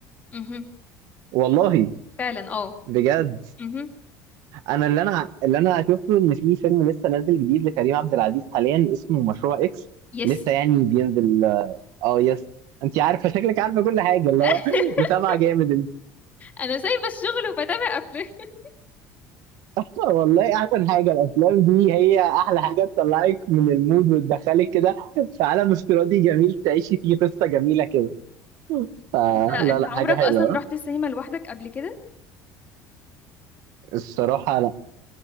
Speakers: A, on the left (about 25°); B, on the right (about 65°).
A: امم
B: والله
A: فعلا اه
B: بجد
A: امم
B: انا اللي انا اللي انا شفته ان في فيلم لسه نازل جديد لكريم عبد العزيز حاليا اسمه مشروع اكس
A: يس
B: لسه يعني بينزل اه يس انت عارفه شكلك عارفه كل حاجه اللي
A: <laughs>
B: هو متابعه جامد انت.
A: انا سايبه الشغل وبتابع افلام <laughs>
B: <laughs> والله احسن حاجه الافلام دي هي احلى حاجه تطلعك من المود وتدخلك كده في عالم افتراضي جميل تعيشي فيه قصه جميله كده فلا
A: انت انت
B: لا
A: عمرك
B: حاجه حلوه
A: اصلا رحت السينما لوحدك قبل كده
B: الصراحه لا